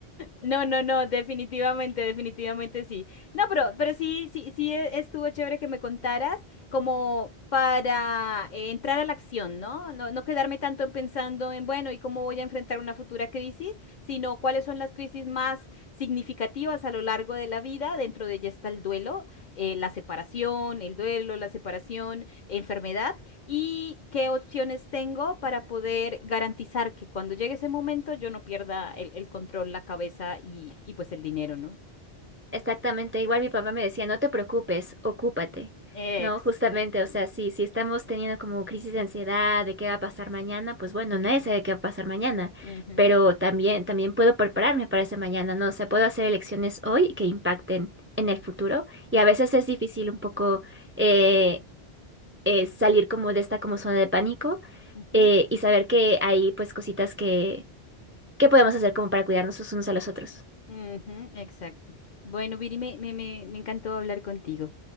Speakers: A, on the left; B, on the right.
A: No, no, no, definitivamente, definitivamente sí. No, pero, pero sí, sí, sí e- estuvo chévere que me contaras como para eh, entrar a la acción, ¿no? No, no quedarme tanto en pensando en, bueno, ¿y cómo voy a enfrentar una futura crisis? Sino cuáles son las crisis más significativas a lo largo de la vida. Dentro de ella está el duelo, eh, la separación, el duelo, la separación, enfermedad. ¿Y qué opciones tengo para poder garantizar que cuando llegue ese momento yo no pierda el, el control, la cabeza y, y, pues el dinero, ¿no?
B: Exactamente, igual mi papá me decía, no te preocupes, ocúpate,
A: Exacto.
B: ¿no? Justamente, o sea, sí, si estamos teniendo como crisis de ansiedad de qué va a pasar mañana, pues bueno, nadie sabe qué va a pasar mañana,
A: Ujú,
B: pero también, también puedo prepararme para ese mañana, ¿no? O sea, puedo hacer elecciones hoy que impacten en el futuro y a veces es difícil un poco eh, eh, salir como de esta como zona de pánico
A: ujú,
B: eh, y saber que hay pues cositas que, que podemos hacer como para cuidarnos los unos a los otros.
A: ujú, exacto. Bueno, Viri, me, me, me me encantó hablar contigo.